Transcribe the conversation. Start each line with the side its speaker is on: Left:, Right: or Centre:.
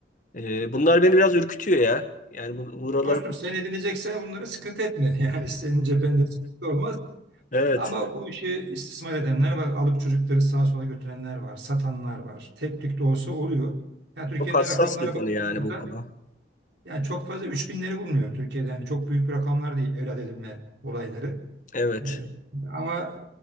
Left: e, bunlar beni biraz ürkütüyor ya. Yani bu, buralar
Right: Dostum sen edineceksen bunları sıkıntı etme. <laughs> Yani senin cephende sıkıntı olmaz.
Left: evet
Right: Ama bu işi istismar edenler var. Alıp çocukları sağa sola götürenler var. Satanlar var. Tek tük de olsa oluyor. Yani Türkiye'de
Left: çok hassas
Right: rakamlara
Left: bir konu
Right: baktığımızda
Left: yani bu konu.
Right: yani çok fazla üç binleri bulmuyor Türkiye'de. Yani çok büyük rakamlar değil evlat edinme olayları.
Left: Evet.
Right: Ee, ama